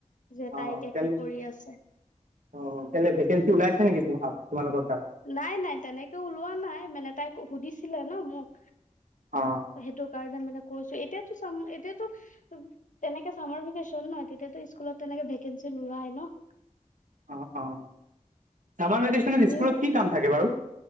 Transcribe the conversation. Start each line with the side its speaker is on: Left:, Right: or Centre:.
Left: যে
Right: অ
Left: তাই এতিয়া
Right: কেল
Left: কি কৰি আছে!
Right: অ, কেলে ভেকেঞ্চি ওলাইছে নেকি তোমালোকৰ তাত?
Left: নাই-নাই তেনেকে ওলোৱা নাই মানে তাইক সুধিছিলে ন মোক।
Right: অঁ
Left: সেইটো কাৰণে মানে কৈছোঁ। এতিয়াতো চাম এতিয়াতো তেনেকে চামাৰ ভেকেচন নয়, তেতিয়াতু স্কুলত তেনেকে ভেকেঞ্চি নোৱাই ন!
Right: অঁ অঁ। চামাৰ ভেকেশ্যনত
Left: নিউ
Right: স্কুলত কি কাম থাকে বাৰু?